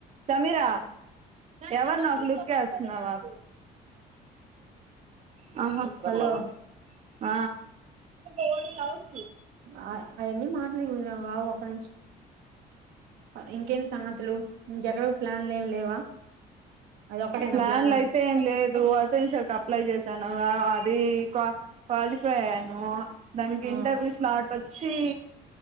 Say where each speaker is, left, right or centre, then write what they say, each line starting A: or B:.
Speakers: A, on the right; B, on the right.
A: సమీరా ఎవరిని ఒక లుక్ ఎస్తున్నావు హ హ ఇద్దరు
B: హలో
A: లవర్స్ హ ఓల్డ్ లవర్స్
B: అ అయన్నీ మాట్లాడకూడదు రా బాబు ఒక్క నిమిషం ఇంకేమి సంగతులు ఇంకా ఎక్కడ ప్లాన్లు ఏం లేవా అది ఒక్కటేనా
A: ప్లాన్లు
B: ప్లాన్
A: అయితే ఏమి లేదు అసెన్షయల్ క అప్లై చేశాను అది కా క్వాలిఫై అయ్యాను దానికి
B: ఆ
A: ఇంటర్వ్యూస్ లాట్ వచ్చి